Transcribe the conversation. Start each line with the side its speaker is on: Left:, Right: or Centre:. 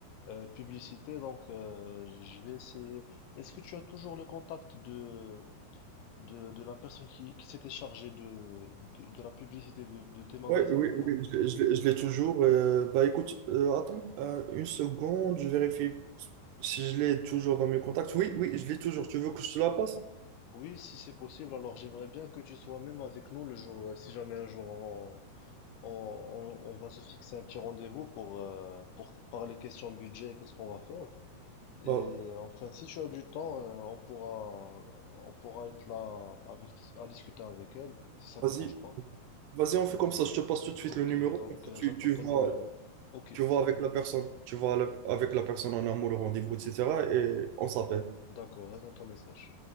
Left: euh, publicité. Donc euh, je vais essayer. Est-ce que tu as toujours le contact de de, de la personne qui, qui s'était chargée de, de de la publicité de, de tes magasins
Right: Oui, oui,
Left: ou pas?
Right: oui, je, l'ai je l'ai- je l'ai toujours. euh, bah écoute, euh, attends euh, une seconde, je vérifie si je l'ai toujours dans mes contacts. Oui, oui, je l'ai toujours. Tu veux que je te la passe?
Left: Oui, si c'est possible, alors j'aimerais bien que tu sois même avec nous le jour, euh, si jamais un jour On, on- on va se fixer un petit rendez-vous pour, euh, pour parler questions budget et qu'est-ce qu'on va faire. Et
Right: Bah,
Left: euh, enfin, si tu as du temps, euh, on pourra, on pourra être là avec, à discuter avec elle, si ça
Right: vas-y,
Left: ne dérange pas.
Right: vas-y, on fait comme ça. Je te passe tout de suite
Left: Ok,
Right: le numéro.
Left: donc
Right: comme ça,
Left: euh,
Right: tu,
Left: j'attends
Right: tu
Left: ton
Right: vois,
Left: numéro. Ok,
Right: tu vas avec la personne, tu vas avec la personne en amour, le rendez-vous, etc. Et on s'appelle.
Left: d'accord, j'attends ton message.